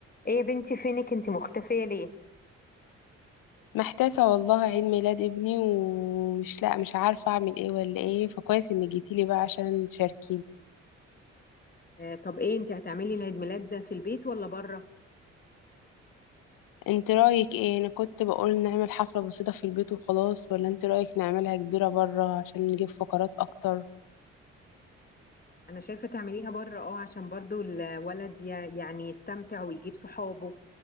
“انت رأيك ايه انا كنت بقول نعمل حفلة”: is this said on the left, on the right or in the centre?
Left